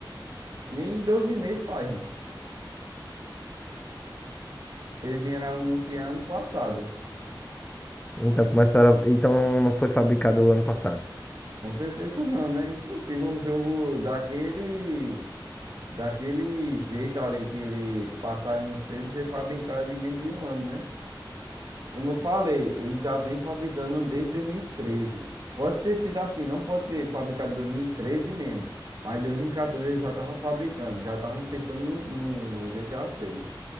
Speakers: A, on the right; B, on the left.
A: Nem 12 meses faz. Eles vieram anunciar ano passado.
B: Então começaram, a- então não foi fabricado o ano passado.
A: Com certeza não, né? Impossível um jogo daquele. Daquele jeito ali que ele passar no trailer, ser fabricado em menos de um ano, né? Como eu falei, ele já vem fabricando desde 2013. Pode ter sido assim, não pode ter fabricado em 2013 mesmo. Mas em 2014 ele já tava fabricando, já estavam pensando no, no, no GTA 6.